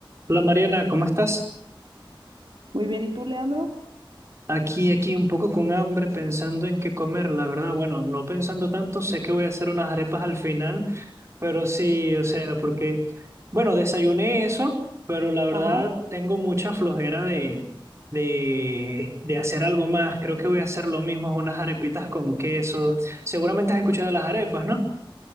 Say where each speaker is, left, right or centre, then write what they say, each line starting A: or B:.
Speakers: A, on the right; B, on the right.
A: Hola Mariana, ¿cómo estás?
B: Muy bien, ¿y tú, Leandro?
A: Aquí, aquí un poco con hambre, pensando en qué comer, la verdad. Bueno, no pensando tanto, sé que voy a hacer unas arepas al final, pero sí, o sea, porque, bueno, desayuné eso, pero la verdad
B: Ajá.
A: tengo mucha flojera de, de, de hacer algo más. Creo que voy a hacer lo mismo, unas arepitas con queso. Seguramente has escuchado de las arepas, ¿no?